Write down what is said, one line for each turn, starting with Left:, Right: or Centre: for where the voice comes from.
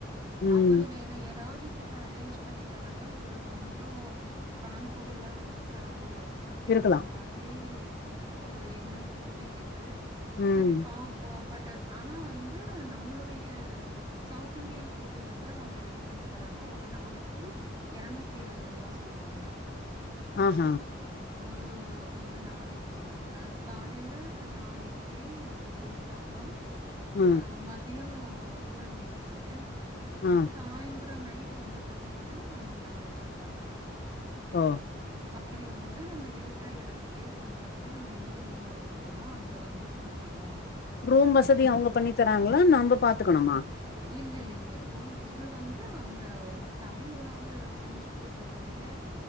Left: ம்.
Right: அவரு வேற யாராது கிட் ட அரேஞ்ச் பண்ணி தரப்ப இவரு கொஞ்சோ பணம் கூடுதலா வச்சிக்கிறாரோ அப்டிங்கிற
Left: இருக்கலாம்.
Right: மாதிரி ஒரு எண்ணம் தோ உதிக்குது
Left: ம்.
Right: செரி பாப்போ பட் ஆனா வந்து நம்மளுடைய சவுத் இண்டியன் ஃபுட்டு வந்து அவங்க ரெடி பண்ணி தர்றாங்க ஒரு நாளைக்கி இரநூத்தி எழுவது ரூவா சொல்றாங்க
Left: ஆஹ
Right: ஒரு ஒரு நாளைக்கி ஆ காலேல நாலு இட்லி ஒரு ஊத்தாப் பம்
Left: அ,
Right: ஆ மதியோ ஃபுல் மீல்ஸ்ங்க
Left: ஆ,
Right: சாய்ந்த அப்றோ நைட் வந்து பாத்தீங்கன்னா நாலு சப்பாத்தி
Left: ஓ
Right: அப்படி வந்து நம்ம இருக்கிற இடத்துக்கே கொண்டு வந்து நம்ம எங்க ரூம் எடுத்துருக்றமோ அங்க வந்து குடுத்து டுவோ
Left: ரூம் வசதி அவங்க பண்ணி தராங்களா நம்ப பாத்துக்கணுமா
Right: இல்லல்லைங்க ரூம் இது வந்து அங்க தமிழ் உணவு செஞ்சி குடுக்றவருடை ய